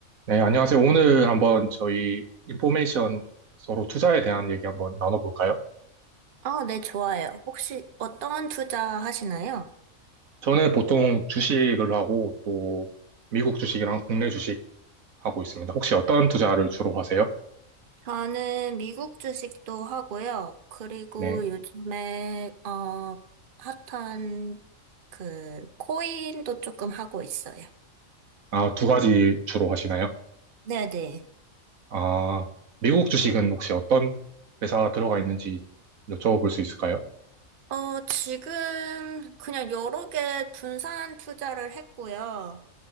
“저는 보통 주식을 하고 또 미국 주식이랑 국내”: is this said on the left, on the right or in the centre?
Right